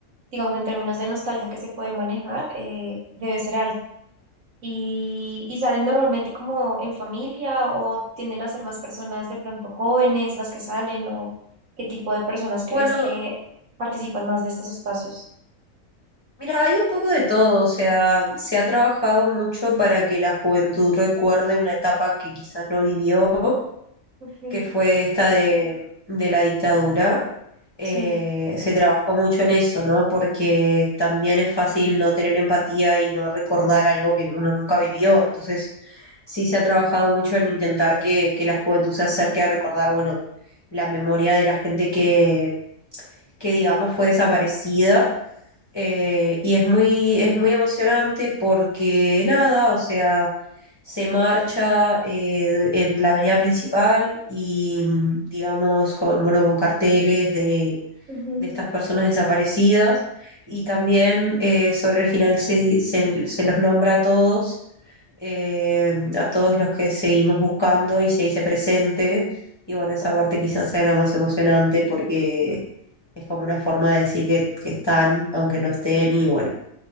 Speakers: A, on the right; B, on the left.
A: digamos, en términos de nostalgia que se puede manejar, eh, debe ser alto. y, y salen normalmente como en familia o tienden a ser más personas de pronto jóvenes las que salen o qué tipo de personas
B: Bueno,
A: crees que participan más de estos espacios?
B: mira, hay un poco de todo. O sea, se ha trabajado mucho para que la juventud recuerde una etapa que quizás no vivió
A: Okay.
B: que fue esta de, de la dictadura, eh,
A: Sí.
B: se trabajó mucho en eso, ¿no? Porque también es fácil no tener empatía y no recordar algo que uno nunca vivió. Entonces, sí se ha trabajado mucho en intentar que, que la juventud se acerque a recordar, bueno, la memoria de la gente que, que digamos, fue desaparecida eh, y es muy, es muy emocionante porque nada, o sea, se marcha eh, en la avenida principal y mm, digamos, con, bueno, con carteles de,
A: Ujú.
B: de estas personas desaparecidas y también eh, sobre el final se, se- se los nombra a todos, eh, a todos los que seguimos buscando y se dice presente. Y bueno, esa parte quizás sea la más emocionante porque es como una forma de decir que, que están, aunque no estén, y bueno,